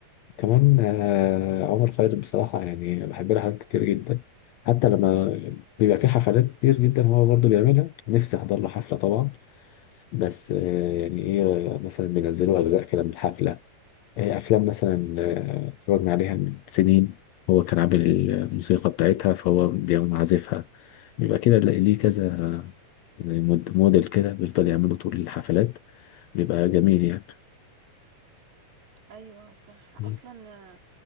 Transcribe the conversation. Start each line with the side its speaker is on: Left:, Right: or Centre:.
Left: كمان آه، عمر خيرت بصراحة يعني بحب لها حاجات كتير جدا حتى لما بيبقى في حفلات كتير جدا هو برضه بيعملها نفسي أحضر له حفلة طبعا بس
Right: مم.
Left: آه، يعني إيه مثلا بينزلوا أجزاء كده من الحفلة آه، أفلام مثلا آه، اتفرجنا عليها من سنين هو كان عامل الموسيقى بتاعتها فهو بيقوم عازفها بيبقى كده ليه كذا زي مود- موديل كده بيفضل يعمله طول الحفلات بيبقى جميل يعني
Right: ايوه صح
Left: مم.
Right: اصلا آه،